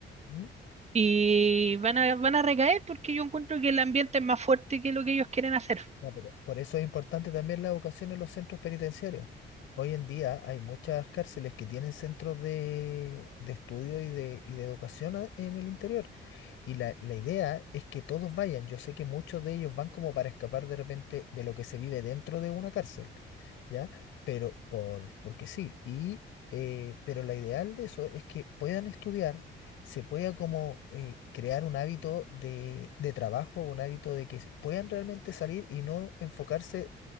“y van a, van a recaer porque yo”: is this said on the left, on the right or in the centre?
Right